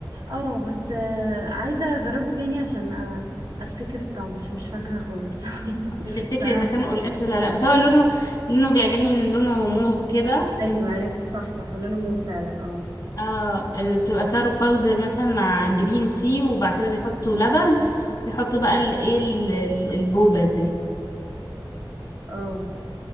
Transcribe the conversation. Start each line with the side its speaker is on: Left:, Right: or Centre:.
Right: اه بس آه، عايزه اجربه تاني عشان آه، افتكر الطعم عشان مش فاكره خالص <laughs>
Left: عشان تفتكري
Right: بصراحه
Left: اذا كان قلقاس ولا لا بس هو لونه لونه بيعجبني ان لونه موف كده
Right: ايوه عرفت صح صح لونه مو فعلا اه
Left: اه ال- بتبقى تارو باودر مثلا مع جرين تي وبعد كده بيحطوا لبن بيحطوا بقى الايه ال- ال- البوبة دي
Right: اه